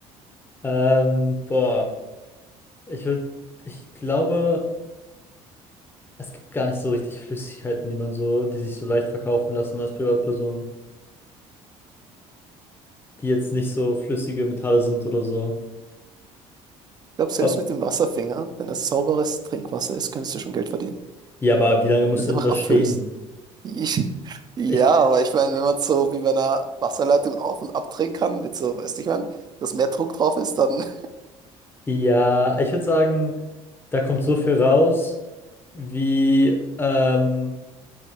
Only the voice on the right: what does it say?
Ich glaube, selbst
mit dem Wasserfinger, wenn es sauberes Trinkwasser ist, könntest du schon Geld verdienen. <laughs>
Das ist
einfach
abfüllst.
Ich, ja,
aber
ich meine, wenn man so wie bei einer Wasserleitung auf- und abdrehen kann, mit so, weißt du, ich meine, dass mehr Druck drauf ist, dann.